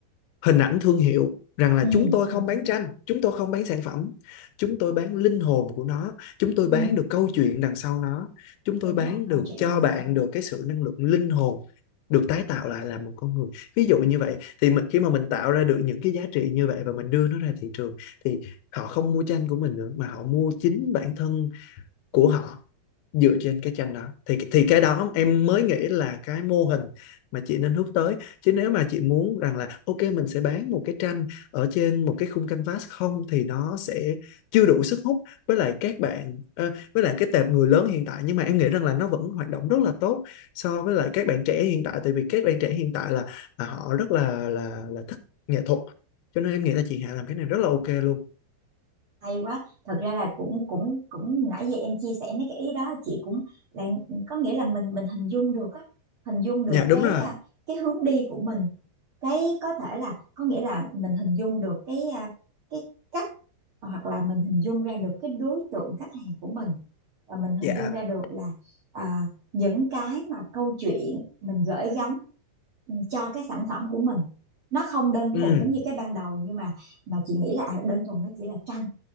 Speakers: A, on the left; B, on the right.
A: hình ảnh thương hiệu rằng là
B: ừ.
A: chúng tôi
B: ừ,
A: không bán
B: ừ,
A: tranh, chúng tôi không bán sản phẩm, chúng tôi bán linh hồn của nó, chúng tôi
B: ừ,
A: bán được câu chuyện đằng sau nó, chúng tôi
B: đúng
A: bán
B: là câu
A: được
B: chuyện
A: cho
B: làm
A: bạn
B: sao
A: được cái sự năng lượng linh hồn được tái tạo lại là một con người. Ví dụ như vậy thì mình khi mà mình tạo ra được những cái giá trị như vậy và mình đưa nó ra thị trường thì họ không mua tranh của mình nữa mà họ mua chính bản thân của họ dựa trên cái tranh đó thì thì cái đó em mới nghĩ là cái mô hình mà chị nên hướng tới chứ nếu mà chị muốn rằng là ok mình sẽ bán một cái tranh ở trên một cái khung canvas không thì nó sẽ chưa đủ sức hút với lại các bạn ờ, với lại cái tệp người lớn hiện tại nhưng mà em nghĩ rằng là nó vẫn hoạt động rất là tốt so với lại các bạn trẻ hiện tại tại vì các bạn trẻ hiện tại là, là họ rất là là là thích nghệ thuật cho nên em nghĩ là chị Hạ làm cái này rất là ok luôn
B: hay quá thật ra là cũng cũng cũng nãy giờ em chia sẻ mấy cái ý đó chị cũng là có nghĩa là mình mình hình dung được á hình dung được
A: dạ đúng
B: cái
A: rồi
B: à, cái hướng đi của mình cái có thể là có nghĩa là mình hình dung được cái à, cái cách hoặc là mình hình dung ra được cái đối tượng khách hàng của mình và mình hình
A: dạ
B: dung ra được là à, những cái mà câu chuyện mình gửi gắm ừ, cho cái sản phẩm của mình nó không đơn
A: ừ
B: thuần giống như cái ban đầu nhưng mà mà chị nghĩ là à, đơn thuần nó chỉ là tranh